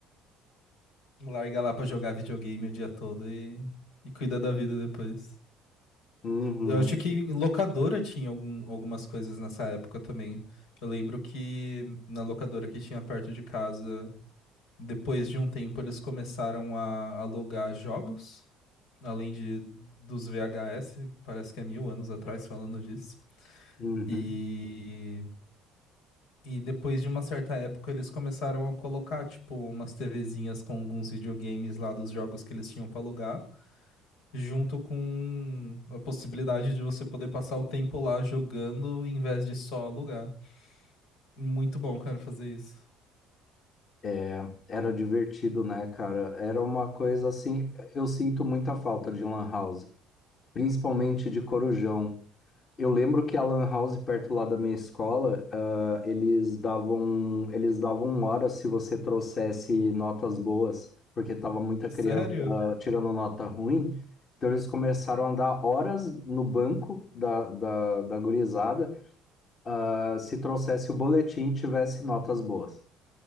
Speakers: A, on the left; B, on the left.
A: Larga lá pra jogar videogame o dia todo e, e cuida da vida depois.
B: Uhum,
A: Eu acho que em locadora tinha algum- algumas coisas nessa época também. Eu lembro que na locadora que tinha perto de casa, depois de um tempo, eles começaram a alugar jogos, além de dos VHS, parece que é mil anos atrás falando disso.
B: uhum.
A: E e depois de uma certa época, eles começaram a colocar, tipo, umas TVzinhas com alguns videogames lá dos jogos que eles tinham pra alugar, junto com a possibilidade de você poder passar o tempo lá jogando em vez de só alugar. Muito bom, cara, fazer isso.
B: É, era divertido, né, cara? Era uma coisa assim. Eu sinto muita falta de lan house. principalmente de Corujão. Eu lembro que a Lan House, perto lá da minha escola, ah, eles davam, eles davam hora se você trouxesse notas boas, porque tava muita
A: Sério?
B: criança tirando nota ruim. Então eles começaram a dar horas no banco da, da, da gurizada, ah, se trouxesse o boletim e tivesse notas boas.